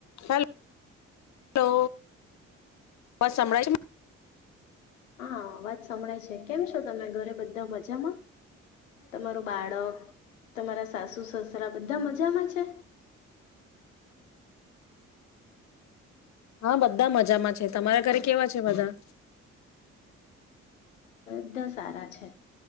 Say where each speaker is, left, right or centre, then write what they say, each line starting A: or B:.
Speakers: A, on the left; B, on the left.
A: હ લો, પછ સંભળાય છે ને?
B: હા, અવાજ સંભળાય છે કેમ છો તમે? ઘરે બધા મજામાં. તમારું બાળક તમારા સાસુ-સસરા બધા મજામાં છે.
A: હા, બધા મજામાં છે તમારા ઘરે કેવા છે બધા?
B: બધા સારા છે